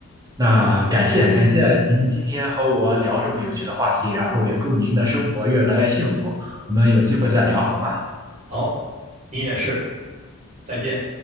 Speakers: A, on the right; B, on the right.
A: 那感谢感谢您今天和我聊这么有趣的话题，然后也祝您的生活越来越幸福。我们有机会再聊好吗？
B: 好，你也是，再见。